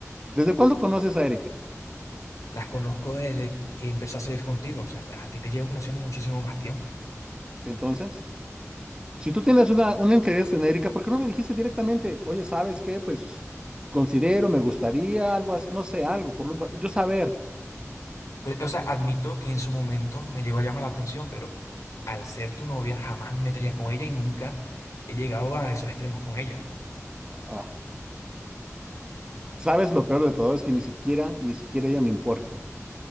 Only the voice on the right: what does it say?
¿Desde cuándo conoces a Erika?
Entonces, si tú tienes una, un interés en Erika, ¿por qué no me dijiste directamente, oye, ¿sabes qué? Pues considero, me gustaría algo, as- no sé, algo, por lo- yo saber.
Ah, sabes, lo peor de todo es que ni siquiera, ni siquiera ella me importa.